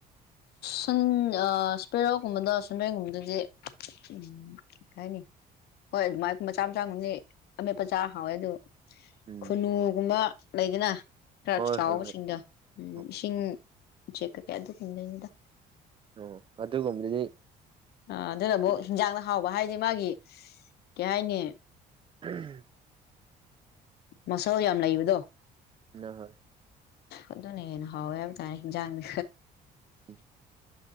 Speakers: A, on the left; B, on the right.
A: ꯁꯟ ꯑ ꯁꯄꯦꯔꯣꯛꯒꯨꯝꯕꯗꯣ ꯁꯟꯔꯦꯡꯒꯨꯝꯕꯗꯗꯤ ꯎꯝ ꯀꯅꯤ ꯍꯣꯏ ꯑꯗꯨꯃꯥꯏꯅ ꯃꯆꯥ ꯃꯆꯥꯒꯗꯤ ꯑꯃꯦꯠꯄ ꯆꯥꯔ ꯍꯥꯎꯋꯦ ꯑꯗꯨ
B: ꯎꯝ
A: ꯈꯨꯨꯟꯅꯨꯒꯨꯝꯕ ꯂꯩꯗꯅ ꯈꯔ
B: ꯍꯣꯏ
A: ꯆꯥꯎꯕꯁꯤꯡꯗ
B: ꯍꯣꯏ ꯍꯣꯏ
A: ꯎꯝ
B: ꯑꯣ
A: ꯏꯁꯤꯡ ꯎꯆꯦꯛ ꯀꯩꯀꯌꯥ ꯑꯗꯨ ꯐꯪꯗꯅꯤꯗ
B: ꯑꯖꯣ ꯑꯗꯨ ꯒꯨꯝꯗꯅꯤ
A: ꯑ ꯑꯗꯨꯅ ꯑꯃꯨꯛ ꯍꯤꯟꯖꯥꯡꯗ ꯍꯥꯎꯕ ꯍꯥꯏꯗꯤ ꯃꯥꯒꯤ ꯀꯩ ꯍꯥꯏꯅꯤ
B: ꯎꯝ
A: ꯃꯁꯜ ꯌꯥꯝ ꯂꯩꯕꯗꯣ
B: ꯅꯍꯣꯏ
A: ꯑꯗꯨꯅ ꯍꯦꯟꯅ ꯍꯥꯎꯋꯦ ꯍꯥꯏꯕ ꯇꯥꯔꯦ ꯏꯟꯖꯥꯡꯗꯤ
B: ꯎꯝ